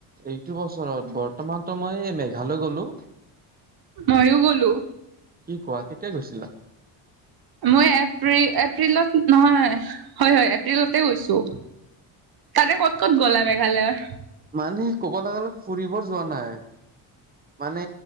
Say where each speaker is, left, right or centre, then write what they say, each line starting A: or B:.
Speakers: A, on the right; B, on the right.
A: এইটো বছৰত, বৰ্তমানতো মই এই মেঘালয় গলো।
B: মইও গ'লো।
A: কি কোৱা কেতিয়া গৈছিলা?
B: মই এপ্ৰি এপ্ৰিলত নহয়, হয় হয় এপ্ৰিলতে গৈছো। তাৰে ক'ত ক'ত গ'লা মেঘালয়ৰ?
A: মানুহে ক'ব লগা অলপ ফুৰিব যোৱা নাই। মানে